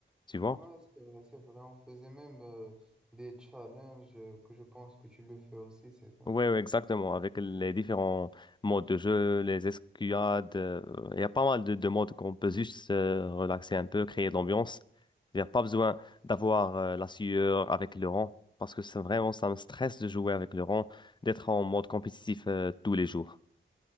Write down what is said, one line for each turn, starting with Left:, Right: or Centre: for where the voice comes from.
Left: tu vois?
Centre: Ouais, c'est vrai, c'est vrai. On faisait même euh, des challenges euh, que je pense que tu le fais aussi, c'est ça?
Left: Oui, exactement. Avec les différents modes de jeu, les escouades, euh, il y a pas mal de, de modes qu'on peut juste euh, relaxer un peu, créer de l'ambiance. Il n'y a pas besoin d'avoir euh, la sueur avec le rang, parce que c'est vraiment, ça me stresse de jouer avec le rang, d'être en mode compétitif euh, tous les jours.